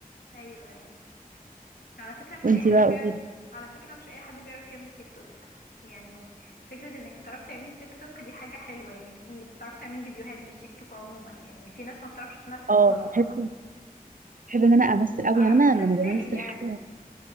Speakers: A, on the left (about 80°); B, on the right (about 60°).
A: ايوه ايوه على فكرة مش
B: وانتي
A: أي حد
B: بقى
A: بيعرف
B: قولي لي
A: على فكرة مش أي حد بيعرف يعمل تيك توك يعني فكرة إنك بتعرفي تعملي تيك توك دي حاجة حلوة يعني في بتعرفي تعملي فيديوهات مش تيك توك عموما يعني في ناس ما بتعرفش تمثل
B: اه
A: أصلا
B: بحب بحب ان انا امثل قوي
A: تعرفي
B: يعني انا
A: تمثلي
B: لما بمثل
A: يعني
B: حاجه